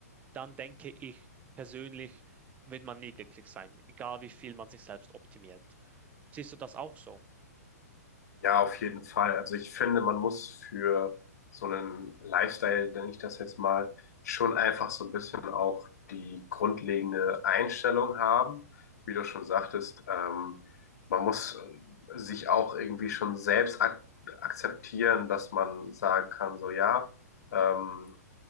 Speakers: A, on the right; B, on the left.
A: dann denke ich persönlich, wird man nie glücklich sein, egal wie viel man sich selbst optimiert. Siehst du das auch so?
B: Ja, auf jeden Fall. Also ich finde, man muss für so einen Lifestyle, nenne ich das jetzt mal, schon einfach so ein bisschen auch die grundlegende Einstellung haben. Wie du schon sagtest, ähm, man muss äh, sich auch irgendwie schon selbst ak akzeptieren, dass man sagen kann, so ja, ähm,